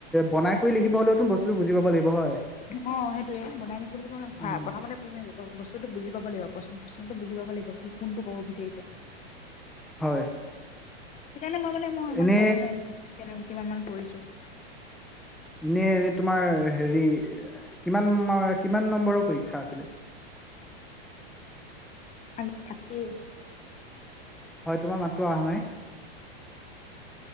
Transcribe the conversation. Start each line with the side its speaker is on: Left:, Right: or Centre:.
Centre: বনাই কৰি লিখিব হলেওতো বস্তুতটো বুজি পাব লাগিব হয়
Left: অ সেইটোয়ে বনাই লখিবলৈ ভ
Centre: উম।
Left: প্ৰথমতে‌ তুমি বস্তুটো বুজি পাব লাগিব। প্ৰশ্ন প্ৰশ্নটো বুজি পাব লাগিব কি কোনটো কব বিচাৰিছে
Centre: হয়
Left: সেইকাৰণে মই মানে মই ইমান
Centre: এনে
Left: কব নোৱাৰিমনে কিমান মান কৰিছো
Centre: এনে এনে তোমাৰ হেৰি কিমান কিমান নম্বৰৰ পৰীক্ষা আছিলে‌?
Left: আজি‌ থাৰতি
Centre: হয় তোমাৰ মাতটো অহা নাই